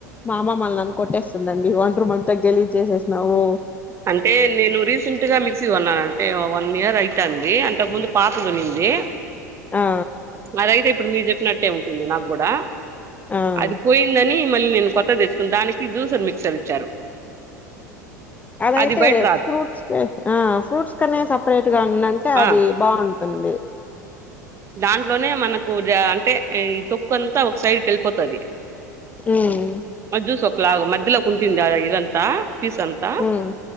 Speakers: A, on the left; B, on the right.
A: మా అమ్మ మల్ని అను కొట్టేస్తుందండి వంత రూమ్ అంతా గెలీజ్ చేసేసినవు
B: అంటే నేను రీసెంట్ గా మిక్సీ కొన్నాను అంటే వన్ ఇయర్ అయితుంది అంట ముందు పాతదున్నింది
A: ఆ
B: అదైతే ఇప్పుడు మీరు చెప్పినట్టే ఉంటుంది నాకు కూడా
A: ఆ
B: అది పోయిందని మళ్ళీ నేను కొ త్త తెచ్చుకుని దానికి జ్యూసర్ మిక్సర్ ఇచ్చారు
A: అదైతే
B: అది బయట రాదు
A: ఫ్రూట్స్ ఆ ఫ్రూట్స్ కనే సపరేట్ గా అంటే
B: ఆ
A: అది బాగుంటంది అంది
B: దాంట్లోనే మనకు అ అంటే ఈ తొక్కు అంతా ఒక సైడ్కి వెళ్ళిపోతుది
A: ఉమ్
B: మ జ్యూస్ ఒకలాగా మధ్యలో ఒక ఉంటుంది ఇది అంతా. పీస్ అంతా
A: ఉమ్